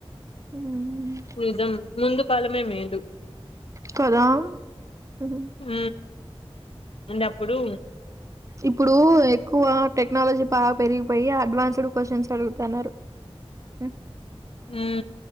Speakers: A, on the right; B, on the left.
A: హ్మ్.
B: నిజం ముందు కాలమే మేలు
A: కదా హ్మ్.
B: ఉ అండ్ అప్పుడు
A: ఇప్పుడు ఎక్కువ టెక్నాలజీ బాగా పెరిగిపోయి అడ్వాన్స్డ్ క్యూస్షన్స్ అడుగుతున్నారు ఉ
B: ఉ